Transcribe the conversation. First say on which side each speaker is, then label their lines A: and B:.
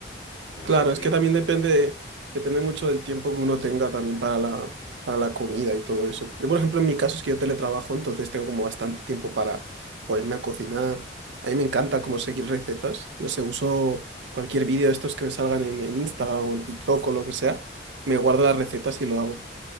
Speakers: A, on the left; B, on the right.
A: No
B: Claro,
A: sé si...
B: es que también depende, depende mucho del tiempo que uno tenga también para la, para la comida y todo eso. Yo, por ejemplo, en mi caso es que yo teletrabajo, entonces tengo como bastante tiempo para ponerme a cocinar. A mí me encanta como seguir recetas. No sé, uso cualquier vídeo de estos que me salgan en, en Instagram o en TikTok o lo que sea. Me guardo las recetas y lo hago.